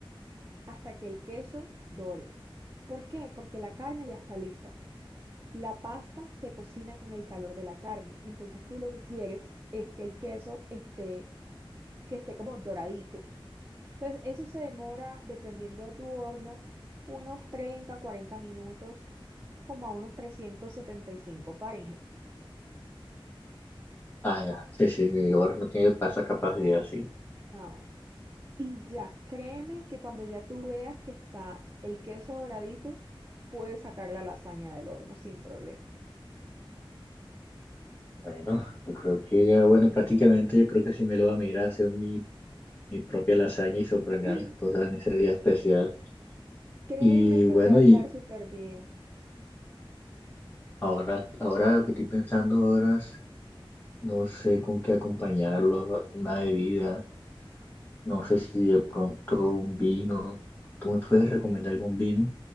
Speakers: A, on the right; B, on the left.
A: hasta que el queso dore. ¿Por qué? Porque la carne ya está lista. La pasta se cocina con el calor de la carne. Entonces tú lo que quieres es que el queso esté, que esté como doradito Entonces, eso se demora, dependiendo de tu horno, unos 30, 40 minutos, como a unos 375 Fahrenheit.
B: Ah, ya, sí, sí, mi vigor no tiene pa- esa capacidad, sí.
A: Ah, bueno. Y ya, créeme que cuando ya tú veas que está el queso doradito, puedes sacar la lasaña del horno sin problema.
B: Bueno, yo creo que ya, bueno, prácticamente yo creo que sí me lo va a migrar a hacer mi, mi propia lasaña y sorprender
A: <laughs>
B: a mi esposa en ese día especial.
A: Créeme
B: Y
A: que
B: bueno,
A: te va a
B: y
A: quedar súper bien.
B: ahora, ahora lo que estoy pensando ahora es, no sé con qué acompañarlo, una bebida. No sé si de pronto un vino. ¿Tú me puedes recomendar algún vino?